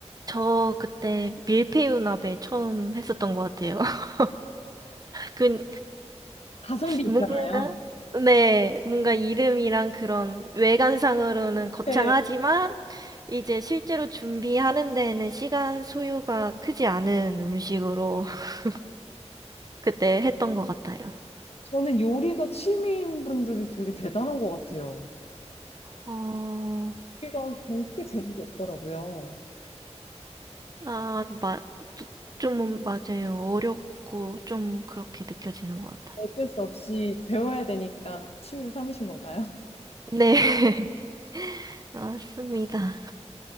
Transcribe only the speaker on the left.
가성비 있잖아요.
네,
저는 요리가 취미인 분들이 되게 대단한 것 같아요.
요리가 절대 재미가 없더라고요.
어쩔 수 없이 배워야 되니까 취미로 삼으신 건가요?